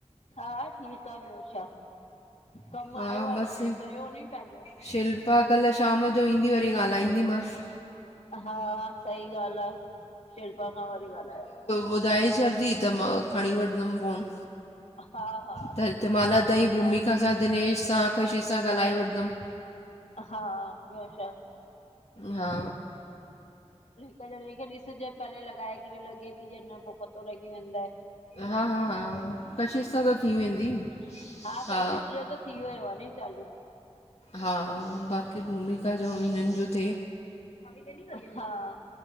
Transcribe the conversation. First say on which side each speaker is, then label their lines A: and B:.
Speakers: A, on the left; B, on the left.
A: हां ठीक आ, ॿयो छा कम
B: हा
A: आयो
B: बसि
A: आह त वरी कयो नी पहेंजो।
B: शिल्पा कल शाम जो ईंदी वरी ॻालाईंदी मास।
A: हा सही गाल आ, शिल्पा खां वरी ॻालायो।
B: बुधाए छॾदी त मां खणी वठदम फ़ोन।
A: हा हा
B: त तेमाला
A: चई छॾंदीमांस
B: ताई भूमिका सां, दिनेश सां, कशिश सां ॻालाए वठदम।
A: हा! ॿयो छा।
B: हा!
A: कनणे खे ॾिस जाए पहले लगाए करे लगेती या न पो पतो लगी वेंदऐ।
B: हा-हा, कशिश सां त थी वेंदी।
A: हां
B: हा
A: कशिश जो त थी वयो आ नी चालू।
B: हा! बाक़ी भूमिका जो अउं हिनन जो थे।
A: हा